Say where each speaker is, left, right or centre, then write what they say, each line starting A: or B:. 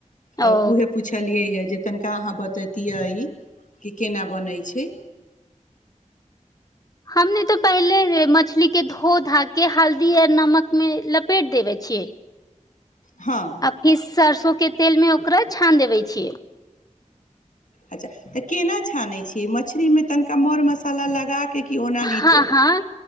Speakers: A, on the left; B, on the left.
A: तऽ
B: ओ
A: उहे पुछलियै हे जे तनिका अहाँ बतैतियै कि केना बनै छै
B: हम ने तऽ पहिले मछली के धो धा के हल्दी यर नमक मे लपेट देबय छियै
A: हँ
B: अफिस सरसो के तेल में ओकरा छान देबे छियै
A: अच्छा तऽ केना छानैत छियै मछरीमे तनिका मर मसाला लगाऽ के कि ओनाहिते
B: हँ हँ